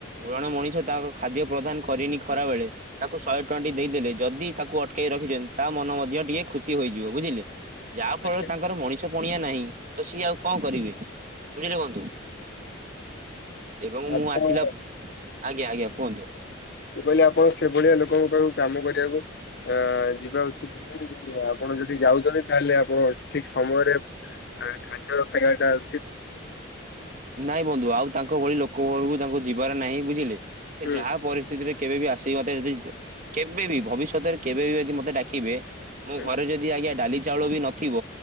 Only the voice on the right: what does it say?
ଜଣେ ମଣିଷ ତା ଖାଦ୍ୟ ପ୍ରଦାନ କରିନି ଖରା ବେଳେ ତାକୁ ଶହେ ଟଙ୍କାଟି ଦେଇ ଦେଲେ ଯଦି ତାକୁ ଅଟକେଇ ରଖିଛନ୍ତି ତା ମନ ମଧ୍ୟ ଟିକେ ଖୁସି ହୋଇଯିବ ବୁଝିଲେ ଯାହା ଫଳରେ
ତାଙ୍କର ମଣିଷ ପଣିଆ ନାହିଁ ତ ସିଏ ଆଉ କଣ କରିବେ ବୁଝିଲେ ବନ୍ଧୁ। ଏବଂ
ମୁଁ ଆସିଲା ଆଜ୍ଞା ଆଜ୍ଞା କୁହନ୍ତୁ।
ନାଇଁ ବନ୍ଧୁ ଆଉ ତାଙ୍କ ଭଳି ଲୋକ ଘରକୁ ତାଙ୍କୁ ଯିବାର ନାହିଁ ବୁଝିଲେ। ସେ
ଯାହା ପରିସ୍ଥିତିରେ କେବେ ବି ଆସି କି ମତେ ଯଦି କେବେ ବିି ଭବିଷ୍ୟତରେ କେବେ ବି ଯଦି ମୋତେ ଡାକିବେ ମୋ
ଘରେ ଯଦି ଆଜ୍ଞା ଡାଲି ଚାଉଳ ବି ନଥିବ